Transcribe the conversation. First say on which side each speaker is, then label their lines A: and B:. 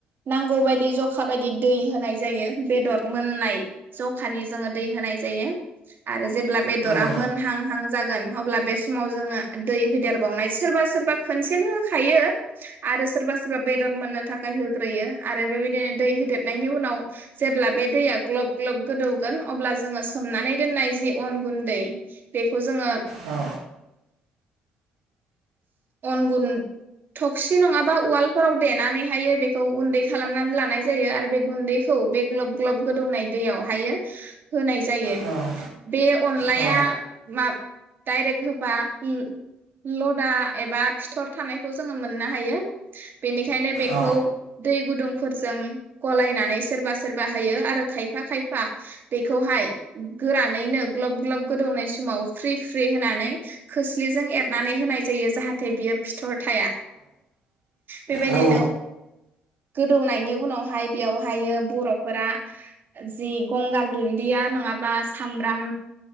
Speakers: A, on the right (about 45°); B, on the right (about 70°).
A: नांगौ बायदि जखा बायदि दै होनाय जायो बेदर मोननाय जखानि जोंङो दै होनाय जायो आरो जेब्ला बेदरामोन
B: औ
A: हां हां जागोन अब्ला बे समाव जों दै होदेरावनाय सोरबा सोरबा खोनसेनो होखायो आरो सोरबा सोर बा बेदर मोननो थाखाय हो होग्रोयो आरो बेबायदिनो दै होदेरनायनि उनाव जेब्ला बे दैया ग्लब ग्लब गोदौगोन अब्ला जोङो सोमनानै दोननाय जि अन गुन्दै बेखौ जोङो
B: औ
A: अनगुन टक्सि नङाबा उवालफोराव देनानैहायो बेखौ गुन्दै खालामनानै लानाय जायो आरो बे गुन्दैखौ बे ग्लब ग्लब गोदौनाय दैयावहायो। होनाय जायो
B: औ औ
A: बे अनलाया
B: औ
A: मा डाइरेक्ट होबा ल' लदा एबा फिथर थानायखौ जोङो मोननो हायो। बेनिखायनो बेखौ
B: औ
A: दै गुदुंफोरजों गलायनानै सोरबा सोरबा होयो आरो खायफा खायफा बेखौहाय गोरानैनो ग्लब ग्लब गोदौनाय समाव फ्रि फ्रि होनानै खोस्लिजों एरनानै होनाय जायो जाहाथे बियो फिथर थाया बेबायदिनो
B: औ
A: गोदौनायनि उनावहाय बेयावहायो बर'फोरा जि गंगार दुन्दिया नङाबा सामब्राम